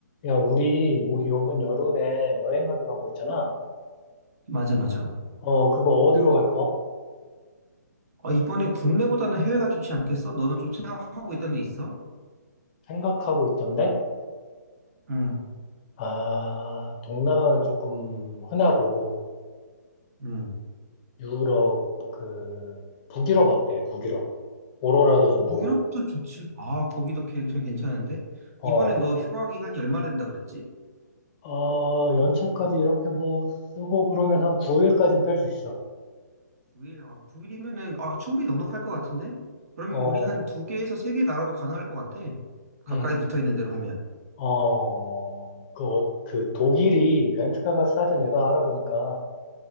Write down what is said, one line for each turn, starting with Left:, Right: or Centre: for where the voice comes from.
Left: 야, 우리 요- 요번 여름에 여행 가기로 한 거 있잖아.
Right: 맞아, 맞아.
Left: 어, 그거 어디로 갈 거?
Right: 어, 이번에 국내보다는 해외가 좋지 않겠어? 너는 좀 생각하고 있던 데 있어?
Left: 생각하고 있던데?
Right: 응,
Left: 아, 동남아는 조금 흔하고,
Right: 응.
Left: 유럽, 그, 북유럽 어때? 북유럽. 오로라도 좀 보고.
Right: 뭐 유럽도 좋지. 아, 거기도 굉장히 괜찮은데?
Left: 어,
Right: 이번에 너 휴가 기간이 얼마 된다 그랬지?
Left: 어, 연차까지 이렇게 뭐 쓰고 그러면 한 9일까지는 뺄 수 있어.
Right: 9일, 아, 9일이면은, 아, 충분히 넉넉할 것 같은데? 그러면
Left: 어,
Right: 우리 한 두 개에서 세 개 나라도 가능할 것 같아. 가까이
Left: 응
Right: 붙어 있는 대로 하면.
Left: 어, 그, 어, 그 독일이 렌트카가 싸대 내가 알아보니까.